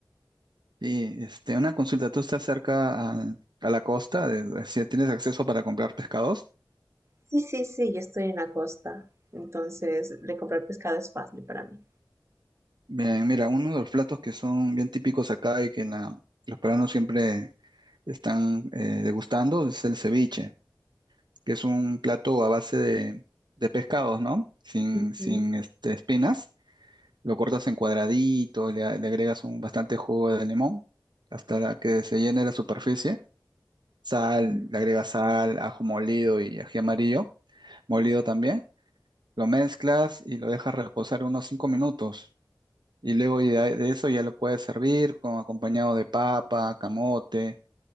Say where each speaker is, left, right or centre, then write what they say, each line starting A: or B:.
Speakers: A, on the right; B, on the right.
A: Y este, una consulta, ¿tú estás cerca a, a la costa? De, si tienes acceso para comprar pescados.
B: Sí, sí, sí, yo estoy en la costa, entonces de comprar pescado es fácil para mí.
A: Bien, mira, uno de los platos que son bien típicos acá y que la- los peruanos siempre están eh, degustando es el ceviche, que es un plato a base de, de pescados, ¿no? Sin,
B: Ujú.
A: sin este, espinas. Lo cortas en cuadraditos, le, a- le agregas un bastante jugo de limón hasta la que se llene la superficie sal,
B: Mm.
A: le agregas sal, ajo molido y ají amarillo, molido también. Lo mezclas y lo dejas reposar unos 5 minutos. Y luego y de, de eso ya lo puedes servir con acompañado de papa, camote,